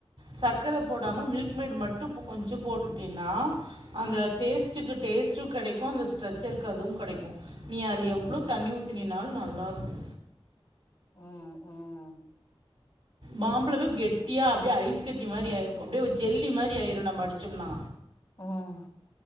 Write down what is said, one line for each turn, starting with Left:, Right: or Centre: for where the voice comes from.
Right: சக்கர போடாம மில்க் மேடு மட்டு கொஞ்சு போட்டுட்டீனா அந்த
Left: ம்
Right: டேஸ்ட்டு கிட் டேஸ்ட்டு கெடைக்கு அந்த ஸ்ட்ரெச்சருக் அதுவு கெடைக்கு நீ அத்ல எவ்ளோ தண்ணி ஊத்தினினால் நல்லாருக்கு
Left: ம் ம்
Right: மாம்பழமே கெட்டியா அப்டியே ஐஸ் கட்டி மாரி ஆயிடு அப்டியே ஜெல்லி மாதிரி ஆயிரு நம்ம அடிச்சோம்னா
Left: ம்